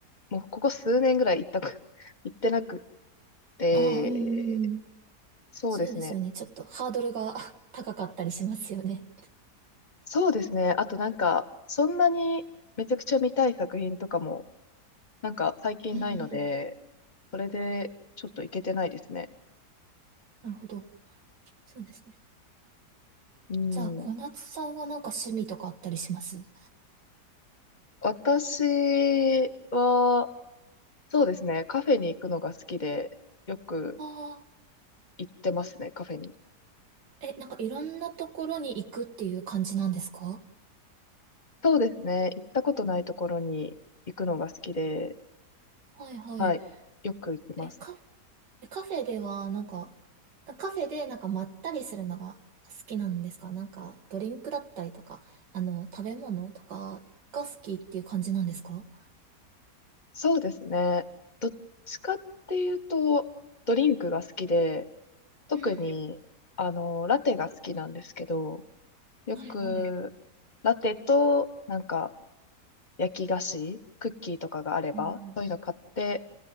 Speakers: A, on the left; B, on the right.
A: もうここ数年ぐらい行ったく、<laughs> 行ってなくて、
B: ああうんうん、
A: そうですね。
B: そうですよね。ちょっとハードルが <laughs> 高かったりしますよね。
A: そうですね。あとなんか、そんなにめちゃくちゃ見たい作品とかも、なんか最近ないので、
B: うんうん、
A: それでちょっと行けてないですね。
B: なるほど。そうですね。
A: うん。
B: じゃあ、小夏さんはなんか趣味とかあったりします
A: 私は、そうですね、カフェに行くのが好きで、よく
B: ああ
A: 行ってますね、カフェに。
B: ー、え、なんかいろんなところに行くっていう感じなんですか
A: そうですね、行ったことないところに行くのが好きで、
B: はいはい。
A: はい、よく行きます。
B: え、カ、えカフェでは、なんか、カフェでなんかまったりするのがお好きなんですかなんか、ドリンクだったりとか、あの、食べ物とかが好きっていう感じなんですか
A: そうですね、どっちかっていうと、ドリンクが好きで、特に、
B: うーん、
A: あの、ラテが好きなんですけど、よく、
B: はいはい。
A: ラテと、なんか、焼き菓子、クッキーとかがあれば、
B: うんうん
A: そういうの買って、